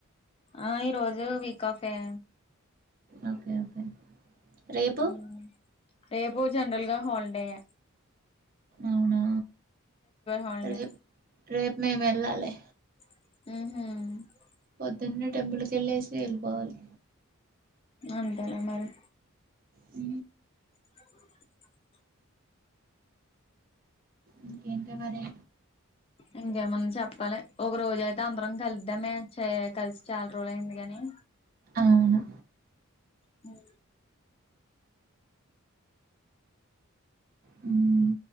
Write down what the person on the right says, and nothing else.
ఓకే ఓకే రేపు
అవునా
రేపు రేపు మేము వెళ్ళాలి
పొద్దున్నే టెంపుల్ కెళ్ళేసి వెళ్ళిపోవాలి
ఉ
ఇంకేంటి మరి
అవును
మ్